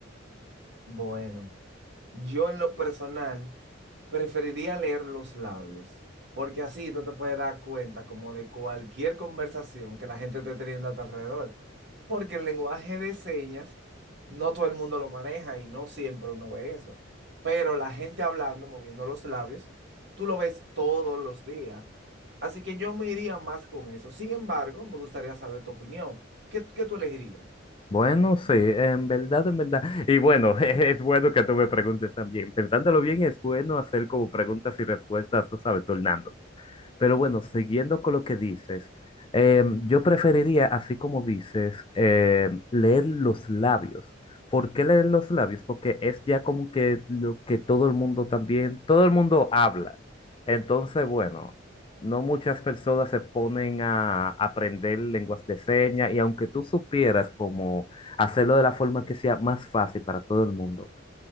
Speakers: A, on the right (about 60°); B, on the left (about 25°).
A: Bueno, Yo en lo personal preferiría leer los labios, porque así tú te puedes dar cuenta como de cualquier conversación que la gente esté teniendo a tu alrededor, porque el lenguaje de señas no todo el mundo lo maneja y no siempre uno ve eso, pero la gente hablando, moviendo los labios, tú lo ves todos los días. Así que yo me iría más con eso. Sin embargo, me gustaría saber tu opinión. ¿Qué, qué tú elegirías?
B: Bueno, sí, en verdad, en verdad. Y bueno, <laughs> es bueno que tú me preguntes también. Pensándolo bien, es bueno hacer como preguntas y respuestas, tú sabes, tornándolos. Pero bueno, siguiendo con lo que dices, eh, yo preferiría, así como dices, eh, leer los labios. ¿Por qué leer los labios? Porque es ya como que lo que todo el mundo también, todo el mundo habla. Entonces, bueno. No muchas personas se ponen a aprender lenguas de señas y aunque tú supieras cómo hacerlo de la forma que sea más fácil para todo el mundo,